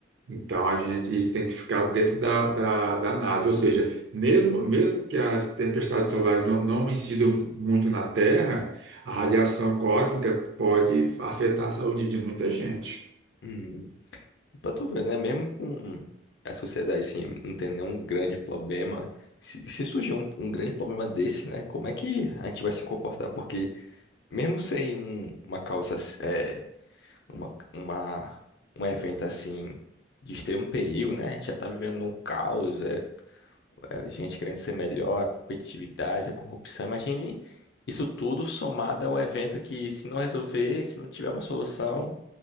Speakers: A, on the right; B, on the left.
A: Então a gente isso tem que ficar dentro da, da, da nave, ou seja, mesmo mesmo que as tempestades solares não não incidam muito na Terra, a radiação cósmica pode afetar a saúde de muita gente.
B: Hum, pra tu ver, né, mesmo com a sociedade, assim, não tendo nenhum grande problema, se, se surgir um, um grande problema desse, né, como é que a gente vai se comportar? Porque Mesmo sem um, uma causa, é, uma, uma, um evento assim de extremo perigo, né? A gente já tá vivendo num caos, é, é gente querendo ser melhor, a competitividade, a corrupção. Imagine isso tudo somado a um evento que, se não resolver, se não tiver uma solução,